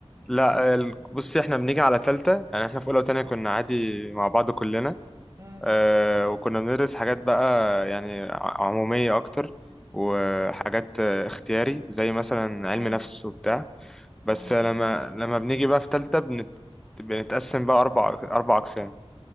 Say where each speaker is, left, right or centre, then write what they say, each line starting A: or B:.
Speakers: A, in the centre; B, on the right.
A: لا ال- بصي احنا بنيجي على تالتة يعني احنا في اولى وتانية كنا عادي مع بعض كلنا
B: امم
A: اه وكنا بندرس حاجات بقى يعني ع- عمومية اكتر وحاجات آه، اختياري زي مثلا
B: امم
A: علم نفس وبتاع بس
B: تمام
A: لما لما بنيجي بقى في تالتة بنت... بنتقسم بقى أربع أربع أقسام